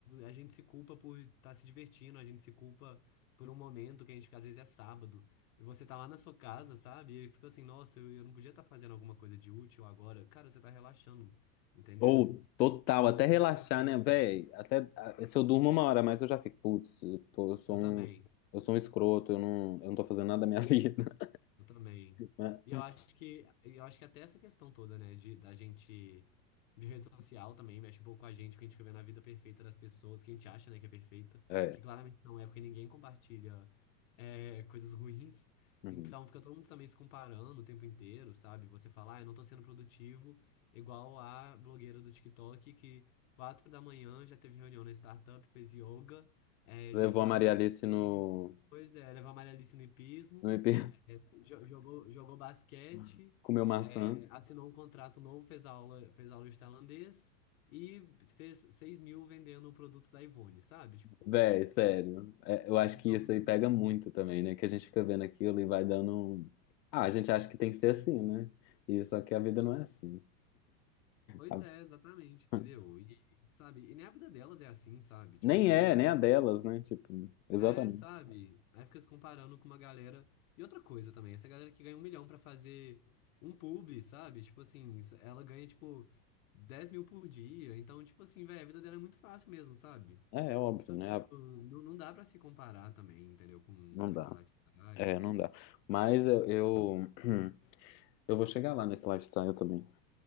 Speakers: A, on the left (about 55°); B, on the left (about 85°).
A: a gente se culpa por estar se divertindo, a gente se culpa por um momento que a gente, às vezes é sábado, e você tá lá na sua casa, sabe? E ele fica assim, nossa, eu, eu não podia estar fazendo alguma coisa de útil agora. Cara, você tá relaxando, entendeu?
B: Ou total,
A: Tipo,
B: até
A: dê
B: relaxar,
A: tempo ao tempo.
B: né, véi? Até ah, se eu durmo uma hora, mas eu já fico, putz, eu tô- eu sou
A: Eu também.
B: um, eu sou um escroto, eu não, eu não tô fazendo nada da minha <laughs> vida,
A: Eu também.
B: né?
A: E eu acho que eu acho que até essa questão toda, né, de da gente de rede social também mexe um pouco com a gente, porque a gente fica vendo a vida perfeita das pessoas, que a gente acha, né, que é perfeita,
B: É.
A: que claramente não é, porque ninguém compartilha é, coisas ruins.
B: uhum.
A: Então fica todo mundo também se comparando o tempo inteiro, sabe? Você fala, ah, eu não tô sendo produtivo, igual a blogueira do TikTok que quatro da manhã já teve reunião na startup, fez yoga, é,
B: Levou
A: jogou basquete,
B: a Maria Alice no,
A: pois é, leva a malha ali no hipismo
B: no IP,
A: jo- jogou, jogou basquete,
B: <laughs> comeu maçã.
A: é, assinou um contrato novo, fez aula, fez aula de tailandês e fez seis mil vendendo produtos da Ivone, sabe? Tipo,
B: Véi, sério. É, eu acho
A: então,
B: que isso aí pega muito também, né? Que a gente fica vendo aquilo e vai dando. um- Ah, a gente acha que tem que ser assim, né? E só que a vida não é assim.
A: pois
B: A-
A: é, exatamente, entendeu?
B: <laughs>
A: E, sabe, e nem a vida delas é assim, sabe? Tipo,
B: Nem
A: essa galera.
B: é, nem a delas, né? Tipo, exatamente.
A: É, sabe? Aí fica se comparando com uma galera. E outra coisa também, essa galera que ganha um milhão pra fazer um publi, sabe? Tipo assim, ela ganha, tipo, dez mil por dia. Então, tipo assim, velho, a vida dela é muito fácil mesmo, sabe?
B: É, é óbvio,
A: Então,
B: né?
A: tipo, não, não dá pra se comparar também, entendeu? Com,
B: Não
A: com
B: dá.
A: esse lifestyle.
B: É, não dá. Mas eu, eu, <clears throat> eu vou chegar lá nesse lifestyle também.